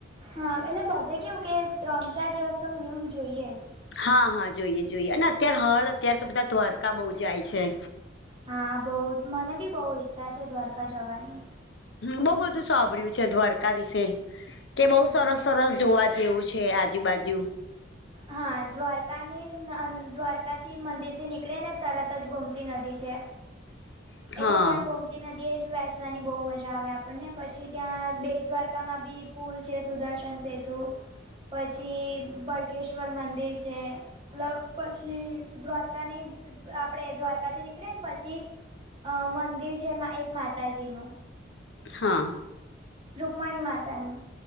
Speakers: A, on the right; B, on the left.
A: હા, એટલે બધે કેવું કે, ત્રણ-ચાર દિવસ તો મિનિમમ જોઈએ જ.
B: હા, હા, જોઈએ, જોઈએ, અને અત્યારે હાલ અત્યારે તો બધા દ્વારકા બહુ જાય છે.
A: હા, બહુ મને બી બહુ ઈચ્છા છે, દ્વારકા જવાની.
B: બઉુ બધું સાંભળ્યું છે દ્વારકા વિશે કે, બઉુ
A: હા
B: સરસ સરસ જોવા. જેવું છે, આજુબાજુ.
A: હા, દ્વારકાની દ્વારકાથી મંદિર થી નીકળી ને, તરત જ ગોમતી નદી છે.
B: <unintelligible>
A: એટલે
B: હા
A: ત્યાં ગૌમ તી નદીએ જ બેસવાની બહુ મજા આવે આપણને પછી ત્યાં બેત દ્વારકામાં બી પુલ છે, સુદર્શન સેતુ પછી. કેશ્વર મંદિર છે પ પછી દ્વારકાની આપડે દ્વારકાથી નીકળે ને, પછી અહ મંદિર છે એક માતાજી નું
B: હા.
A: રુકમણી માતાનું